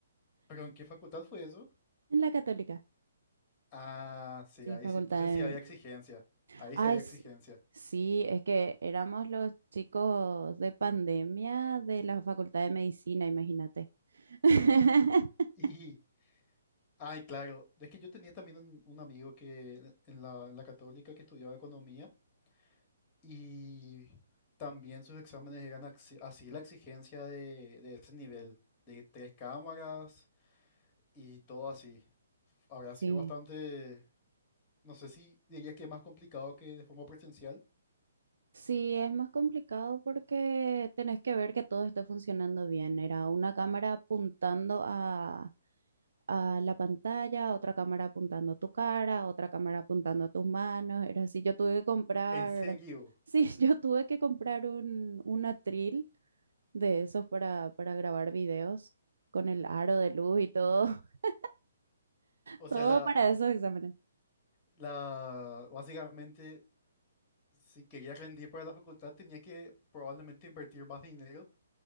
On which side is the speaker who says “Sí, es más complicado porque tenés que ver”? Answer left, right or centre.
Right